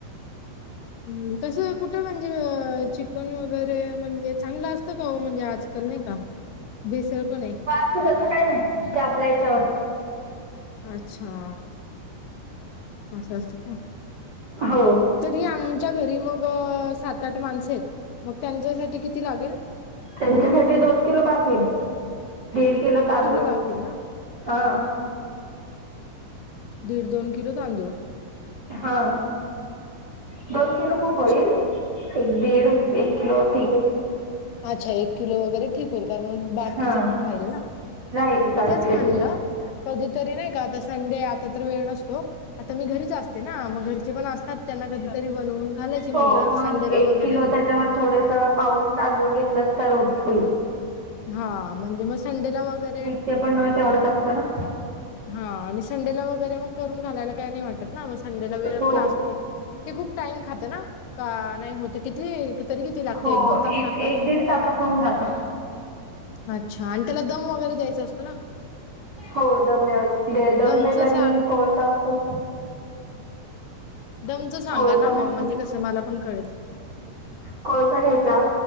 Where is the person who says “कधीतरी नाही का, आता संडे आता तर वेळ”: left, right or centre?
Left